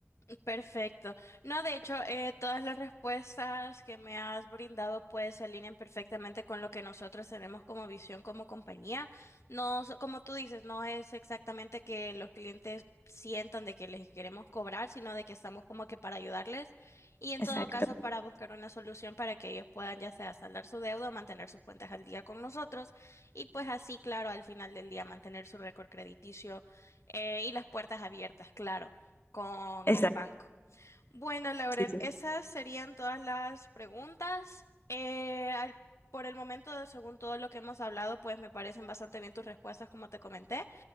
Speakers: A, on the left (about 85°); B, on the left (about 55°).
A: Perfecto. No, de hecho, eh, todas las respuestas que me has brindado pues se alinean perfectamente con lo que nosotros tenemos como visión como compañía. No, so- como tú dices, no es exactamente que los clientes sientan de que les queremos cobrar, sino de que estamos como que para ayudarles y en todo
B: Exacto,
A: caso para buscar una solución para que ellos puedan ya sea saldar su deuda o mantener sus cuentas al día con nosotros y pues así, claro, al final del día mantener su récord crediticio eh, y las puertas abiertas, claro con
B: exacto.
A: el banco. Bueno, Lauren,
B: Sí,
A: esas serían todas las preguntas. Eh, al- por el momento, según todo lo que hemos hablado, pues me parecen bastante bien tus respuestas, como te comenté.